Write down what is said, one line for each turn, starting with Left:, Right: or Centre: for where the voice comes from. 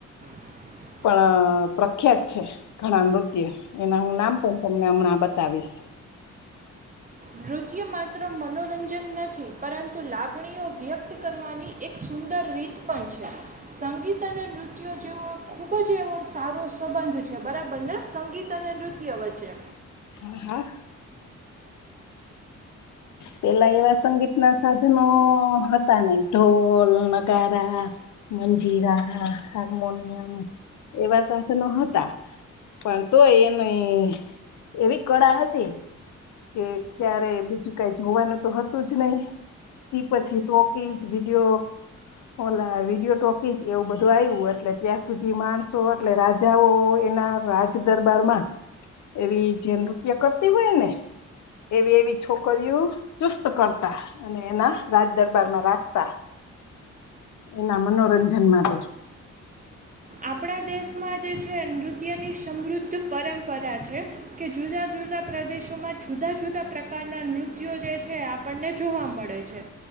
Right: <inaudible>
Left: પણ પ્રખ્યાત છે ઘણા નૃત્ય એના હું નામ પણ તમને હમણાં બતાવીશ
Right: નૃત્ય માત્ર મનોરંજન નથી પરંતુ લાગણીઓ વ્યક્ત કરવાની એક સુંદર રીત પણ છે સંગીત અને નૃત્યો જેવો ખૂબ જ એવો સારો સંબંધ બરાબર ને સંગીત અને નૃત્ય વચ્ચે
Left: હા હા પેલા એવા સંગીત ના સાધનો હતા નહીં ઢોલ નગારા મંજીરા હાર્મોનિયમ એવા સાધનો હતા પણ તો એની એવી કળા હતી કે ક્યારે બીજું કઈ જોવાનું તો હતું જ નહી તે પછી ટોકીજ વિડીયો ઓલા વિડિયો ટોકી જ એવું બધું આવ્યું એટલે ત્યાં સુધી માણસો એટલે રાજાઓ ના રાજદરબાર માં એવી જે નૃત્ય કરતી હોય ને એવી એવી છોકરી છોકરીયો ચુસ્ત કરતા અને એના રાજ દરબારમાં રાખતા એના મનોરંજન માટે
Right: આપણા દેશમાં જે છે નૃત્યની સમૃદ્ધ પરંપરા છે કે જુદા જુદા પ્રદેશોમાં જુદા જુદા પ્રકારના નૃત્યો જે છે આપણને જોવા મળે છે